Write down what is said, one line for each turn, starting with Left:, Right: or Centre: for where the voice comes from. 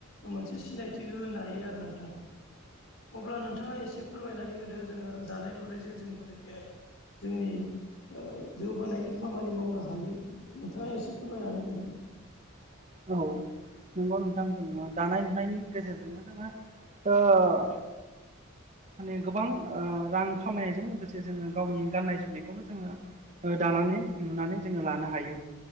Left: मोनसे सिनायथि होनो हायो आरो नोंथां अब्ला नोंथाङा एसे फोरमायनानै होदो जोङो दानाय लुनायजों जों बोरैहाय जोंनि ओ जौगानायनि खामानि मावनो हायो नोंथाङा एसे फोरमायनानै होदों
Right: औ नोंगौ नोंथां जोङो दानाय लुनायनि गेजेरजोंनो जोङो ओ माने गोबां ओ रां खामायनायजों लोगोसे जोङो गावनि गाननाय जोमनायखौबो जोङो ओ दानानै लुनानै जोङो लानो हायो